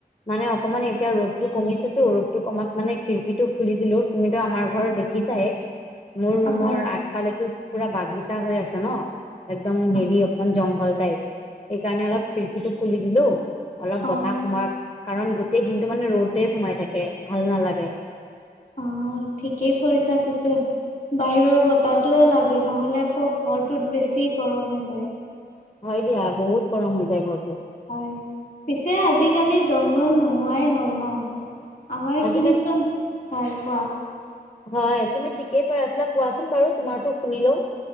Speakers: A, on the left; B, on the left.
A: মানে অকমান এতিয়া ৰ'দটো কমিছেতো। ৰ'দটো কমাত মানে খিৰিকীটো খুলি দিলো। তুমিতো আমাৰ ঘৰত দে বিছায় মোৰ ৰুমৰ
B: হয়
A: আগফালেতো পুৰা বাগিছা হৈ আছে ন, একদম
B: হয়,
A: হেৰি অকমান জংঘল। সেইকাৰণে অলপ খিৰিকীটো খুলি দিলো, অলপ
B: অ
A: বতাহ সোমাক। কাৰণ গোটেই দিনটো মানে ৰ'দে সোমাই থাকে, ভাল নালাগে।
B: অ, ঠিকেই কৰিছা পিছে। বাহিৰৰ বতাহটোও লাগে। নহলে আকৌ ঘৰটোত বেছি গৰম হৈ যায়।
A: হয় দিয়া বহুত গৰম হৈ যায় ঘৰত।
B: হয়, পিছে আজি-কালি জংঘল নোহোৱাই হ'ল ন। আমাৰ এইখিনিতটোন,
A: আজিকালি
B: হয় কোৱা।
A: হয়, তুমি ঠিকে কৈ আছিলা। কোৱাচোন বাৰু তোমাৰটো শুনিলো।